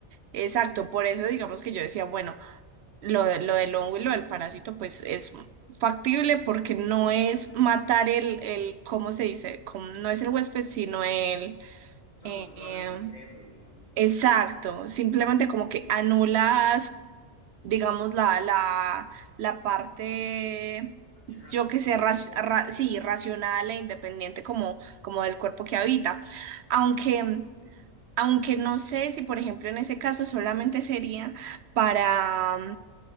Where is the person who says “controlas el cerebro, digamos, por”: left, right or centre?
Left